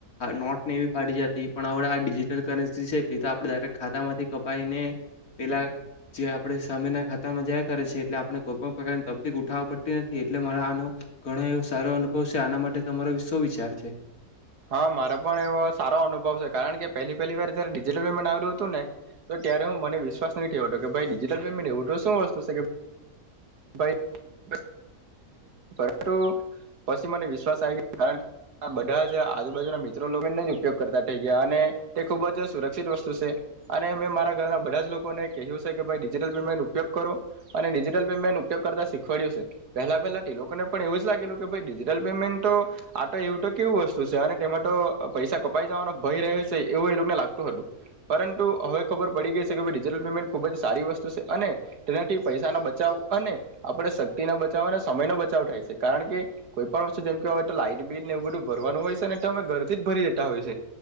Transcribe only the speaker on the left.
નોટને એવી ફાડી જતી પણ હવે આ ડિજિટલ કરન્સી છે તે તો આપણે ડાયરેક્ટ ખાતામાંથી કપાઈને પેલા જે આપણે સામેના ખાતામાં જયા કરે છે એટલે આપણે કોઈ પણ પ્રકારની તા તકલીફ ઉઠાવવા પડતી નથી. એટલે મારા આનો ઘણો એવો સારો અનુભવ છે. આના માટે તમારો શો વિચાર છે?